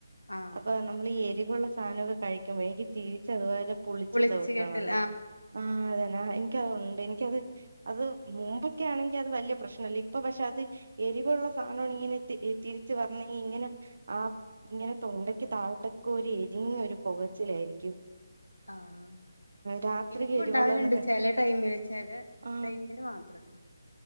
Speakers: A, on the left (about 80°); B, on the right (about 50°).
A: ആഹ്
B: അപ്പൊ നമ്മൾ ഈ എരിവുള്ള സാധനമൊക്കെ കഴിക്കുമ്പോ എനിക്ക് തീ ചെറുതായിട്ട് പുളിച്ചു
A: വിളിച്ച്
B: തെട്ടാറുണ്ട്
A: കേട്ടൽ
B: ആഹ് അതന്നെ എനിക്കതുണ്ട് എനിക്കത് അത് മുമ്പൊക്കെയാണങ്ങി അത് വലിയ പ്രശ്നല്ല ഇപ്പ പക്ഷെ അത് എരിവുള്ള സാനാണങ്ങി തിരി തിരിച്ചു വരണങ്ങി ഇങ്ങനെ ആഹ് ഇങ്ങനെ തൊണ്ടക്ക് താഴത്തെക്കൊരു എരിഞ്ഞോരു പുകച്ചിലായിരിക്കും
A: ആഹ്
B: രാത്രി
A: എനിക്കും
B: എരിവുള്ളതൊന്നും
A: ഉണ്ടാവലുണ്ട്
B: കഴി
A: ചില ടൈമിൽ ചെല
B: ആഹ്
A: ടൈമിൽ മാത്രട്ടോ